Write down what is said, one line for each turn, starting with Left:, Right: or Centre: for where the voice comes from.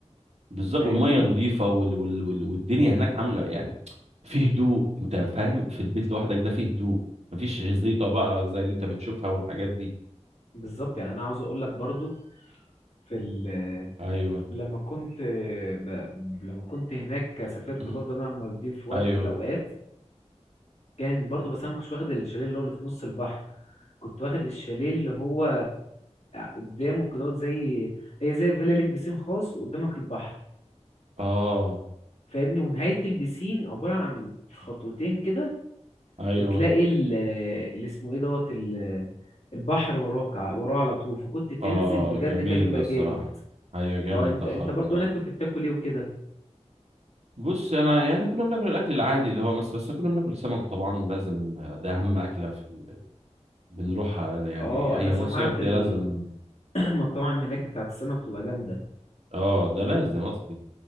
Right: بالظبط
Left: فاهمني
Right: والميه نظيفه وال... وال... وال... والدنيا هناك عامله يعني في هدوء انت فاهم في البيت لوحدك ده فيه هدوء مفيش زيطه بقى زي اللي انت بتشوفها والحاجات دي
Left: بالظبط يعني انا عاوز اقول لك برضو في ال...
Right: ايوه
Left: لما كنت ب... لما كنت هناك سافرت
Right: مم.
Left: برضو انا المالديف في وقت
Right: ايوه
Left: من الاوقات كان برضو بس انا ما كنتش واخد الشاليه اللي هو اللي في نص البحر كنت واخد الشاليه اللي هو قدامه كده زي هي زي فيلا ليك بسين خاص وقدامك البحر
Right: اه
Left: فاهمني ونهاية البسين عبارة عن خطوتين كده
Right: ايوه
Left: وتلاقي ال- اللي اسمه ايه دوت ال- البحر وراك ع- وراه على طول فكنت تنزل
Right: اه
Left: بجد
Right: جميل
Left: كان يبقى
Right: ده الصراحه
Left: جامد
Right: ايوه جامد
Left: اه انت
Right: ده
Left: انت
Right: خالص
Left: برضو هناك كنت بتاكل ايه وكده
Right: بص انا يعني كنا بناكل الاكل العادي اللي هو مصر بس كنا بناكل سمك طبعا لازم ده اهم اكله في ال... بنروح يعني
Left: اه
Right: اي
Left: انا سمعت
Right: مصيف
Left: ال-
Right: ده لازم
Left: المطاعم <clears throat> هناك بتاعت السمك تبقى جامدة
Right: اه ده لازم اصلي